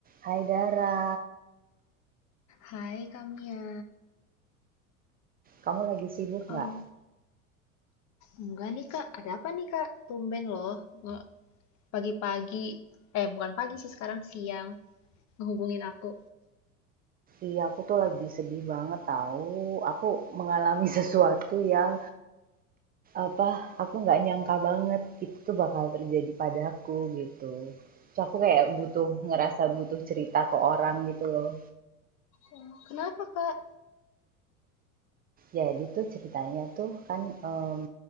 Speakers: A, on the right (about 20°); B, on the left (about 40°).
A: Hai Dara,
B: Hai Kamia,
A: kamu lagi sibuk nggak?
B: Em, enggak nih Kak, ada apa nih Kak? Tumben loh, nge- pagi-pagi, eh bukan pagi sih sekarang siang, ngehubungin aku.
A: Iya, aku tuh lagi sedih banget tahu. Aku mengalami <laughs> sesuatu yang apa? Aku nggak nyangka banget itu tuh bakal terjadi padaku gitu. Terus aku kayak butuh ngerasa butuh cerita ke orang gitu loh.
B: Oh, Kenapa Kak?
A: Jadi tuh ceritanya tuh kan em,